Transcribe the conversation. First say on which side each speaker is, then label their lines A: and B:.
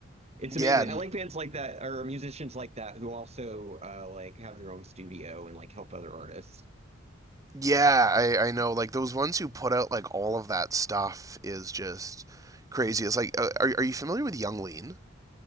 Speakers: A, on the right; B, on the right.
A: it's
B: Yeah,
A: amazing.
B: n-
A: I like bands like that or musicians like that who also uh like have their own studio and like help other artists.
B: yeah, I I know. Like those ones who put out like all of that stuff is just crazy. It's like, uh, are are you familiar with Young Lean?